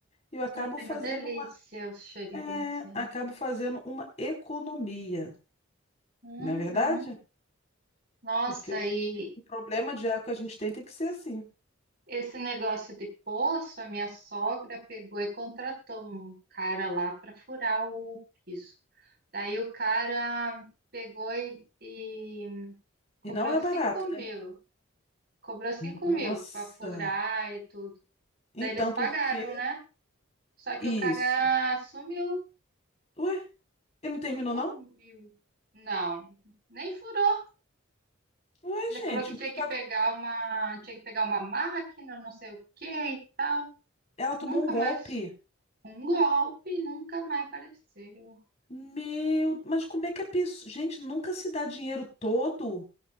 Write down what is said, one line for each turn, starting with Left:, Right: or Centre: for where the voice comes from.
Left: E eu acabo
Right: Ai,
Left: fazendo
Right: uma delícia
Left: uma,
Right: o cheirinho
Left: é,
Right: de macia.
Left: acabo fazendo uma economia,
Right: Uhum.
Left: não é verdade?
Right: Nossa,
Left: Porque hoje
Right: e
Left: em dia, o problema de água que a gente tem tem que ser assim.
Right: esse negócio de poço, a minha sogra pegou e contratou um cara lá para furar o piso. Daí o cara pegou e, e cobrou
Left: E não é
Right: 5
Left: barato,
Right: mil.
Left: né?
Right: Cobrou cinco
Left: Nossa.
Right: mil para furar e tudo.
Left: Então,
Right: Daí eles pagaram,
Left: por que
Right: né? Só que
Left: isso?
Right: o cara sumiu.
Left: Ué, ele não terminou,
Right: Sumiu.
Left: não?
Right: Não, nem furou.
Left: Ué,
Right: Ele
Left: gente,
Right: falou que tinha
Left: mas pagou.
Right: que pegar uma, tinha que pegar uma máquina, não sei o que e tal.
Left: Ela tomou
Right: Nunca
Left: um golpe.
Right: mais Um golpe e nunca mais apareceu.
Left: Meu, mas como é que a pessoa. Gente, nunca se dá dinheiro todo